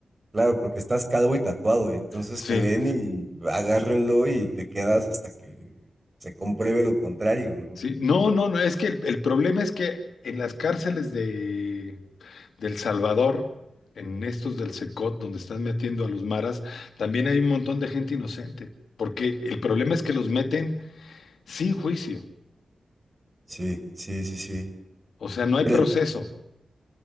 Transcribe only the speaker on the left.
Sí,
sí. No, no, no, es que el, el problema es que en las cárceles de, de El Salvador, en estos del Secot, donde están metiendo a los maras, también hay un montón de gente inocente. Porque el problema es que los meten sin juicio.
O sea, no hay
proceso.